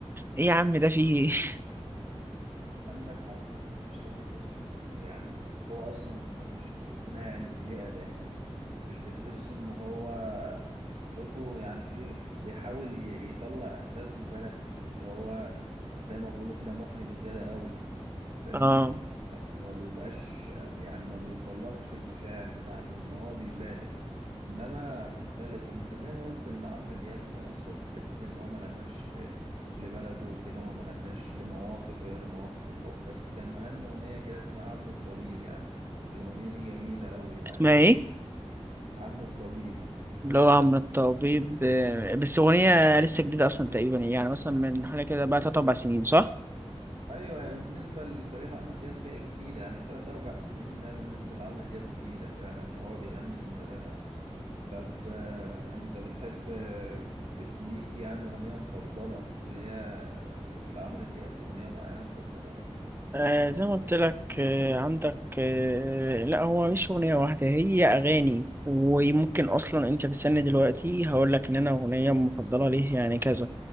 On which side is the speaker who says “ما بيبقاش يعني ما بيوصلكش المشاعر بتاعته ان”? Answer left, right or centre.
Right